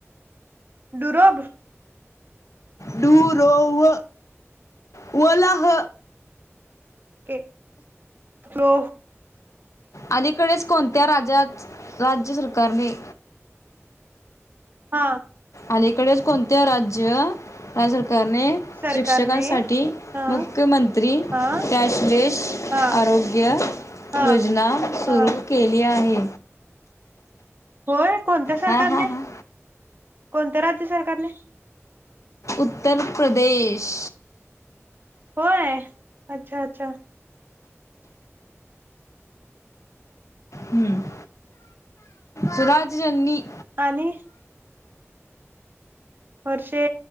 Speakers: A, on the right; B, on the left.
A: डुरब
B: डूरोव वलह
A: के तो
B: अलीकडेच कोणत्या राज्यात राज्य सरकारने
A: हा
B: अलीकडेच कोणते राज्य राज्य सरकार करणे
A: सरकारने
B: शिक्षकांसाठी
A: हा
B: मुख्यमंत्री
A: हा
B: कॅशलेश
A: हा
B: अ आरोग्य
A: हा
B: योजना सुरू
A: हा
B: केली आहे
A: होय कोणत्या सरकारने
B: हा हा हा
A: कोणत्या राज्य सरकारने
B: उत्तर प्रदेश
A: होय अच्छा अच्छा
B: हम् स्वराज्य जननी
A: आणि वर्षे